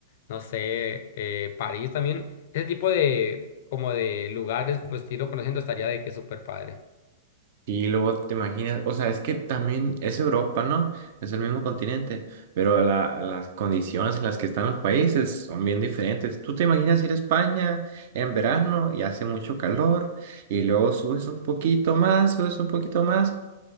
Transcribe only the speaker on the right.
Y luego te imaginas, o sea, es que también es Europa, ¿no? Es el mismo continente, pero la- las condiciones en las que están los países son bien diferentes. Tú te imaginas ir a España en verano y hace mucho calor, y luego subes un poquito más, subes un poquito más,